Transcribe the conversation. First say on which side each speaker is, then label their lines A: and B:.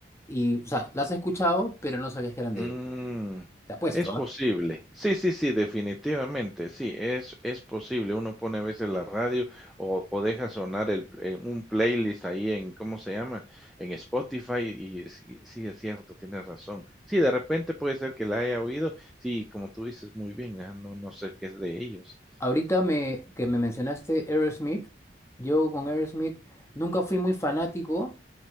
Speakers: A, on the left; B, in the centre.
A: y, o sea, la has escuchado, pero no sabías que eran de
B: Mm,
A: ellos. Te apuesto,
B: es posible.
A: ¿ah?
B: Sí, sí, sí, definitivamente, sí, es es posible. Uno pone a veces la radio o o deja sonar el eh, un playlist ahí en, ¿cómo se llama? En Spotify y sí, sí, es cierto, tienes razón. Sí, de repente puede ser que la haya oído. Sí, como tú dices muy bien, ah, no no sé qué es de ellos.
A: Ahorita me, que me mencionaste Aerosmith, yo con Aerosmith nunca fui muy fanático,